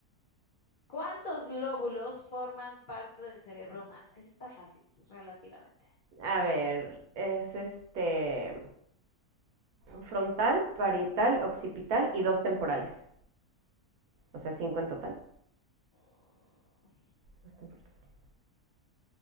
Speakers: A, on the left; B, on the right.
A: ¿cuántos lóbulos forman parte del cerebro humano? Esa está fácil, relativamente.
B: A ver, es este frontal, parietal, occipital y dos temporales. O sea, cinco en total.
A: Mm,
B: Dos temporales.